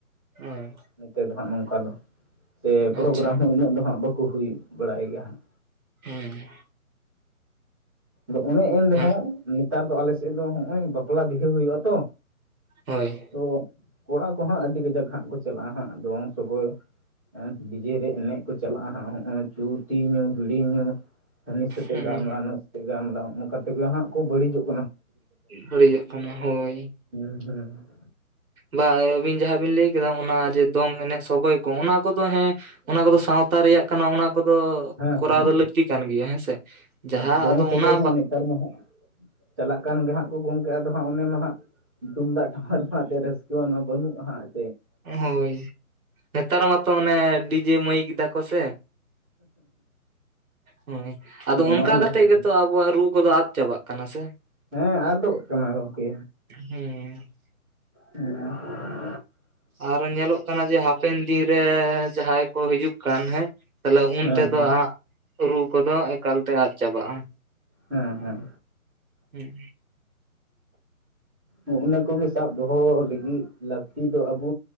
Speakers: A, on the right; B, in the centre.
A: ᱦᱳᱭ
B: ᱱᱚᱛᱮ ᱫᱚ ᱦᱟᱸᱜ ᱱᱚᱝᱠᱟ ᱫᱚ᱾ ᱥᱮ ᱯᱨᱳᱜᱨᱟᱢ
A: ᱟᱪᱪᱷᱟ
B: ᱦᱚᱸ ᱩᱱᱟᱹᱜ ᱫᱚ ᱦᱟᱸᱜ ᱵᱟᱠᱚ ᱦᱩᱭ ᱵᱟᱲᱟᱭ ᱜᱮᱭᱟ ᱦᱟᱸᱜ᱾
A: ᱦᱮᱸ
B: ᱟᱫᱚ ᱚᱱᱮ ᱮᱱ ᱨᱮᱦᱚᱸ
A: ᱢᱟᱱᱮ
B: ᱱᱮᱛᱟᱨ ᱫᱚ ᱟᱞᱮ ᱥᱮᱫ ᱫᱚ ᱱᱚᱜ-ᱚᱭ ᱵᱟᱯᱞᱟ ᱵᱤᱦᱟᱹ ᱦᱩᱭᱩᱜ-ᱟ ᱛᱚ᱾
A: ᱦᱳᱭ
B: ᱛᱚ ᱠᱚᱲᱟ ᱠᱚᱦᱟᱸᱜ ᱟᱹᱰᱤ ᱠᱟᱡᱟᱠ ᱦᱟᱸᱜ ᱠᱚ ᱪᱟᱞᱟᱜ-ᱟ ᱦᱟᱸᱜ ᱫᱚᱝ ᱥᱚᱜᱚᱭ᱾ ᱰᱤᱡᱮ ᱨᱮ ᱮᱱᱮᱡ ᱠᱚ ᱪᱟᱞᱟᱜᱼᱟ ᱦᱟᱸᱜ ᱱᱚᱼᱚᱭ ᱪᱩᱼᱴᱤ ᱧᱩ ᱵᱤᱲᱤ ᱧᱩ ᱦᱟᱱᱤ ᱥᱟᱛᱮᱜ
A: ᱦᱮᱸ
B: ᱜᱟᱞᱢᱟᱨᱟ ᱱᱩᱭ ᱥᱟᱛᱮᱜ ᱜᱟᱞᱢᱟᱨᱟᱣ ᱚᱱᱠᱟ ᱛᱮᱜᱮ ᱦᱟᱸᱜ ᱠᱚ ᱵᱟᱹᱲᱤᱡᱚᱜ
A: ᱵᱟᱹᱲᱤᱡᱚᱜ ᱠᱟᱱᱟ ᱦᱳᱭ
B: <unintelligible>
A: ᱵᱟ ᱟᱹᱵᱤᱱ ᱡᱟᱦᱟᱸ ᱵᱤᱱ ᱞᱟᱹᱭ ᱠᱮᱫᱟ ᱚᱱᱟ ᱡᱮ ᱫᱚᱝ ᱮᱱᱮᱡ ᱥᱚᱜᱚᱭ ᱠᱚ ᱚᱱᱟ ᱠᱚᱫᱚ ᱦᱮᱸ ᱚᱱᱟ ᱠᱚᱫᱚ ᱥᱟᱶᱛᱟ ᱨᱮᱭᱟᱜ ᱠᱟᱱᱟ ᱚᱱᱟ ᱠᱚᱫᱚ
B: ᱦᱮᱸ
A: ᱠᱚᱨᱟᱣ
B: ᱦᱮᱸ
A: ᱫᱚ ᱞᱟᱹᱠᱛᱤ ᱠᱟᱱ ᱜᱮᱭᱟ ᱦᱮᱸᱥᱮ ᱡᱟᱦᱟᱸ
B: ᱟᱨ ᱫᱚᱝ
A: ᱟᱫᱚ
B: ᱥᱚᱜᱚᱭ
A: ᱚᱱᱟ
B: ᱦᱚᱸ ᱱᱮᱛᱟᱨ ᱢᱟ ᱦᱟᱸᱜ ᱪᱟᱞᱟᱜ ᱠᱟᱱ ᱜᱮ ᱦᱟᱸᱜ ᱠᱚ ᱜᱚᱢᱠᱮ ᱟᱫᱚ ᱦᱟᱸᱜ ᱚᱱᱮ ᱢᱟ ᱦᱟᱸᱜ ᱛᱩᱢᱫᱟᱜ ᱴᱟᱢᱟᱠ ᱨᱮᱢᱟ ᱮᱱᱮᱡ ᱨᱟᱹᱥᱠᱟᱹ ᱵᱟᱹᱱᱩᱜ-ᱟᱦᱟᱜ
A: ᱦᱳᱭ, ᱱᱮᱛᱟᱨ ᱢᱟᱛᱚ ᱚᱱᱮ ᱰᱤᱡᱮ ᱢᱟᱹᱭᱤᱠ ᱫᱟᱠᱚ ᱥᱮ, ᱦᱳᱸᱭ
B: ᱦᱮᱸ
A: ᱟᱫᱚ ᱚᱱᱠᱟ
B: ᱱᱚᱜᱼᱚ ᱱᱟ
A: ᱠᱟᱛᱮ
B: ᱠᱚᱜᱮ
A: ᱜᱮᱛᱚ ᱟᱵᱚᱣᱟᱜ ᱨᱩ ᱠᱚᱫᱚ ᱟᱫ ᱪᱟᱵᱟᱜ ᱠᱟᱱᱟ ᱥᱮ,
B: ᱦᱮᱸ ᱟᱫᱚᱜ ᱠᱟᱱᱟ ᱜᱚᱢᱠᱮ᱾
A: ᱦᱮᱸ
B: ᱦᱮᱸ
A: ᱟᱨ ᱧᱮᱞᱚᱜ ᱠᱟᱱᱟ ᱡᱮ ᱦᱟᱯᱮᱱ ᱫᱤᱱᱨᱮ ᱡᱟᱦᱟᱸᱭ ᱠᱚ ᱦᱤᱡᱩᱜ ᱠᱟᱱ ᱦᱮᱸ ᱛᱟᱦᱞᱮ
B: ᱦᱮᱸ
A: ᱩᱱ ᱛᱮᱫᱚ
B: ᱦᱮᱸ
A: ᱟᱜ ᱨᱩ ᱠᱚᱫᱚ ᱮᱠᱟᱞᱛᱮ ᱟᱫ ᱪᱟᱵᱟᱜ-ᱟ᱾
B: ᱦᱮᱸ ᱦᱮᱸ
A: ᱦᱮᱸ
B: ᱱᱚᱜ-ᱱᱟ ᱠᱚᱜᱮ ᱥᱟᱵ ᱫᱚᱦᱚ ᱞᱟᱹᱜᱤᱫ ᱞᱟᱹᱠᱛᱤ ᱫᱚ ᱟᱵᱚ